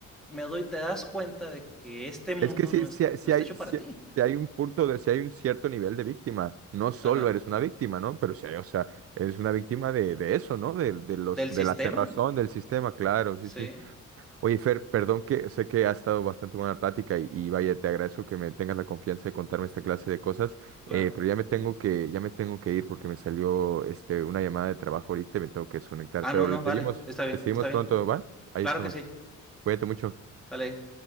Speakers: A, in the centre; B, on the right (about 50°).
A: me doy, te das cuenta de que este mundo
B: Es que sí,
A: no, es,
B: sí, sí
A: no está
B: hay,
A: hecho
B: sí-
A: para ti.
B: sí hay un punto de, si hay un cierto nivel de víctima. No solo
A: Ajá.
B: eres una víctima, ¿no? Pero sí hay, o sea, eres una víctima de, de eso, ¿no? De, de los,
A: Del sistema.
B: de la cerrazón del sistema, claro, sí,
A: Sí,
B: sí. Oye, Fer, perdón que sé que ha estado bastante buena la plática y, y vaya, te agradezco que me tengas la confianza de contarme esta clase de cosas,
A: claro.
B: eh, pero ya me tengo que, ya me tengo que ir porque me salió este, una llamada de trabajo ahorita y me tengo que desconectar,
A: Ah,
B: pero
A: no, no,
B: le seguimos,
A: vale. Está bien,
B: le seguimos
A: está bien.
B: pronto, ¿va? Ahí
A: Claro
B: estamos.
A: que sí.
B: Cuídate mucho.
A: Sale.